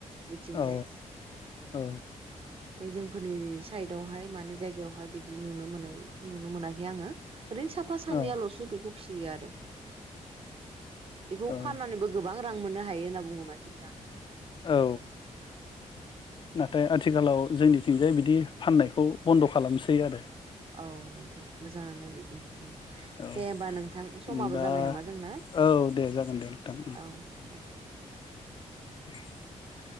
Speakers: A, on the right (about 45°); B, on the left (about 40°).
A: बिथिंजाय
B: औ औ
A: जोंफोरनि साइदावहाय माने जायगायावहाय बिदि नुनो मोननाय नुनो मोनाखै आङो ओरैनो साफा सानैयाल'सो
B: औ
A: बेखौ फिसियो आरो बेखौ
B: औ
A: फाननानैबो गोबां रां मोनो हा हायो ओनना बुङो मानसि फोरा
B: औ नाथाय आथिखालाव जोंनिथिंजाय बिदि फाननायखौ बन्द' खालामसै आरो
A: औ नोंथां मोजाङानो बिदि उम
B: औ
A: दे होमबा नोंथां
B: होनबा
A: समाबो जाबाय नामा जोंना।
B: औ दे जागोन दे नोंथां
A: औ दे
B: <inaudible>